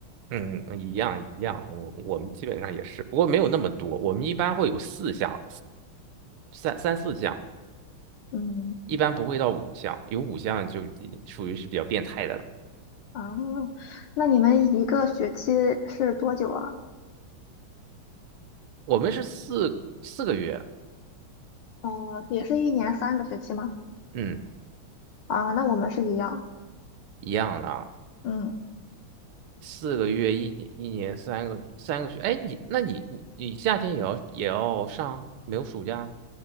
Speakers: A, on the right; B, on the left.
A: 嗯，一样一样，我我们基本上也是，不过没有那么多，我们一般会有四项，三三四项，
B: 嗯，
A: 一般不会到五项，有五项就已属于是比较变态的了。
B: 啊，那你们一个学期是多久啊？
A: 我们是四四个月，
B: 呃，也是一年三个学期吗？
A: 嗯，
B: 啊，那我们是一样。
A: 一样的啊，
B: 嗯。
A: 四个月一年一年三个三个学，哎，你那你你你夏天也要也要上，没有暑假？